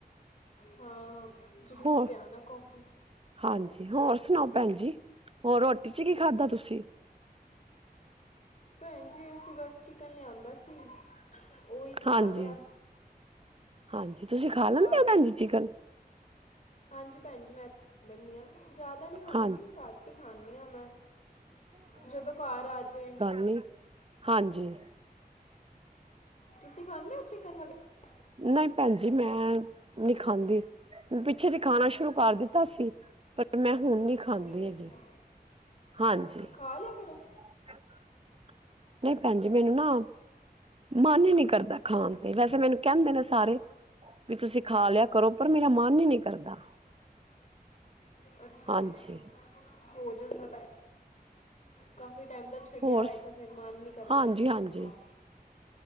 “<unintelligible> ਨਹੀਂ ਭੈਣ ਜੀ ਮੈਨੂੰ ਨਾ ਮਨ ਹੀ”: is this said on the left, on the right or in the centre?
Right